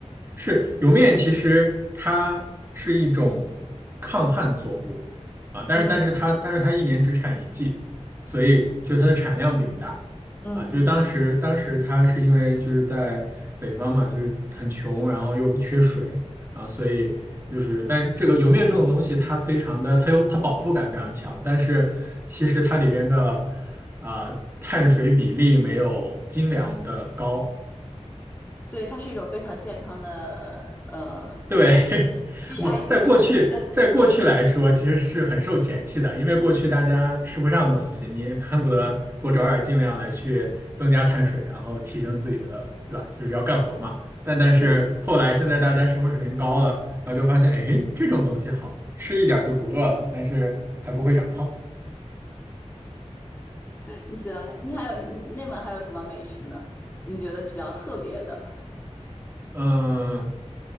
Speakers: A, on the right; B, on the left.
A: 是莜面，其实它是一种抗旱作物啊，但是但是它但是它一年只产一季，
B: 嗯
A: 所以就它的产量并不大啊。
B: 嗯嗯，
A: 就是当时当时它是因为就是在北方嘛，就是很穷，然后又不缺水啊，所以就是但这个莜面这种东西，它非常的它有它饱腹感非常强，但是其实它里边的啊、碳水比例没有精粮的高
B: 所以它是一种非常健康的呃主食
A: 对，<laughs>
B: ，GI
A: 不，
B: 特别啊，
A: 在过去，在过去来说，
B: 对
A: 其实是很受嫌弃的，因为过去大家吃不上东西，你恨不得多找点儿尽量来去增加碳水，然后提升自己的，对吧？就是要干活嘛。但但是后来现在大家生活水平高了，
B: 对对，
A: 然后就发现，哎，这种东西好吃一点儿就不饿了，但是还不会长胖。
B: 你喜欢？你还有内蒙还有什么美食呢？你觉得比较特别的？
A: 嗯